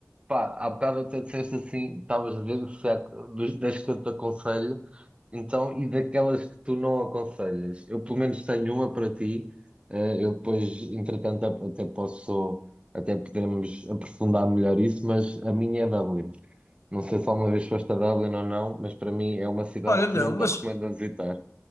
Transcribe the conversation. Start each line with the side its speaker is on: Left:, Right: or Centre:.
Right: pá, há bocado até disseste assim, estavas a ver se há- dos- das que eu te aconselho, então, e daquelas que tu não aconselhas. Eu, pelo menos, tenho uma para ti. ah, eu depois, entretanto, ap- até posso, até poderemos aprofundar melhor isso, mas a minha é Dublin. Não sei se alguma vez foste a Dublin ou não, mas para mim é uma cidade
Left: Olha, não,
Right: que não te
Left: mas
Right: recomendo a visitar.